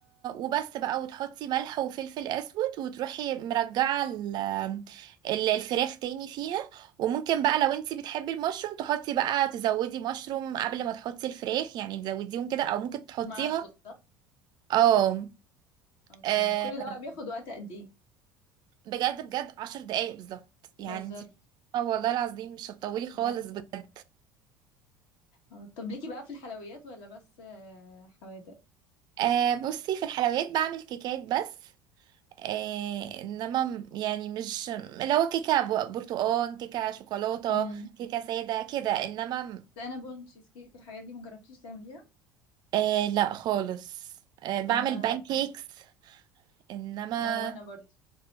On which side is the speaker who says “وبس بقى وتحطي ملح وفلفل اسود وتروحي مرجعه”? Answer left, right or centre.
Right